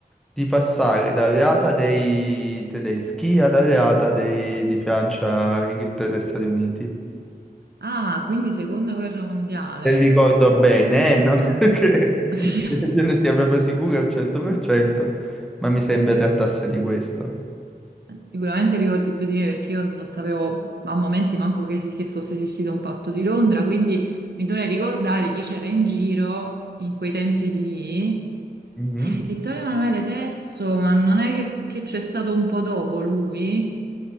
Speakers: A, in the centre; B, on the right.
A: di passare dall'alleata dei tedeschi ad alleata dei, di Francia, Inghilterra e Stati Uniti.
B: Ah, quindi seconda guerra mondiale.
A: Se ricordo bene, eh, non <laughs> che
B: <laughs>
A: io ne sia proprio sicuro al 100%, ma mi sembra trattasse di questo.
B: Sicuramente ricordi più di me perché io non sapevo a momenti manco che, esi- che fosse esistito un patto di Londra, quindi mi dovrei ricordare chi c'era in giro in quei tempi lì.
A: Mhm.
B: Vittorio Emanuele III, ma non è che che c'è stato un po' dopo lui?